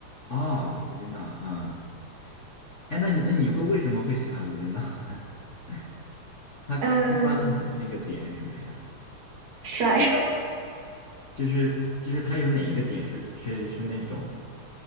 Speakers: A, on the left (about 75°); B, on the right (about 65°).
A: 啊，无间道，嗯，哎，那你那你会为什么会喜欢无间道呢？<laughs> 他他抓到你的那个点是什么呀？
B: 嗯、帅，<laughs>
A: 就是就是他有哪一个点是是是那种，